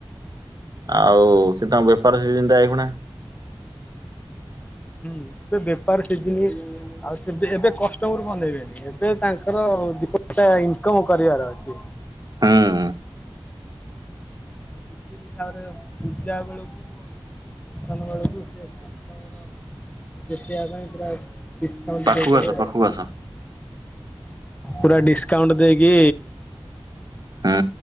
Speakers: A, on the right (about 45°); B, on the left (about 15°).
A: ଆଉ ସେ ତାଙ୍କ ବେପାର ସିଜିନ୍ ଟା ଏଇଖୁଣା।
B: ହୁଁ। ଏବେ ବେପାର ସିଜିିନ ରେ ଆଉ ସେ ଏବେ ଏବେ କଷ୍ଟମର୍ କୁ ଅନେଇବେନି, ଏବେ ତାଙ୍କର ଦି ପଇସା ଇନକମ କରିବାର ଅଛି।
A: ହୁଁ
B: ସିଜିନ୍ ତାପରେ ପୂଜା ବେଳୁକୁ <unintelligible> ବେଳୁକୁ ସେ କଷ୍ଟମର ଦେଖିବା ପାଇଁ ପୁରା ଡିସକାଉଣ୍ଟ
A: ପାଖୁକୁ
B: ଦେଇଦେବେ
A: ଆସ।
B: ଆଉ।
A: ପାଖୁକୁ ଆସ।
B: ପୁରା ଡିସକାଉଣ୍ଟ ଦେଇକି
A: ହୁଁ।